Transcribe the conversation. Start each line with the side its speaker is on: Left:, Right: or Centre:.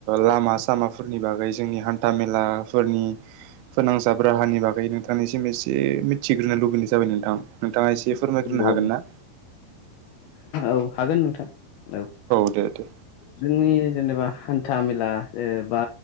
Right: लामा सामाफोरनि बागै जोंनि हान्था मेलाफोरनि फोनांजाब राहानि बागै नोंथांनिसिम एसे मिथिग्रो लुबैनाय जाबाय नोंथां नोंथाङा एसे फोरमायग्रोनो हागोन
Left: औ
Right: ना?
Left: औ हागोन नोंथां औ
Right: दे दे
Left: जोंनि जेनेबा हान्था मेला ओ बा